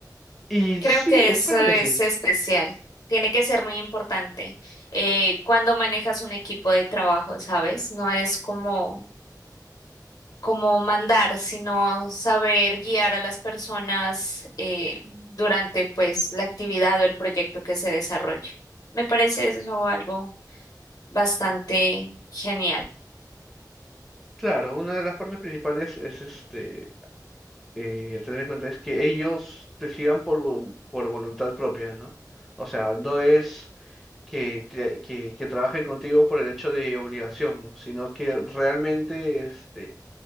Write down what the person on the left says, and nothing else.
Creo
que
eso es
especial. Tiene que ser muy importante eh, cuando manejas un equipo de trabajo, ¿sabes? No es como como mandar, sino saber guiar a las personas eh, durante pues la actividad o el proyecto que se desarrolla. Me parece eso algo bastante genial.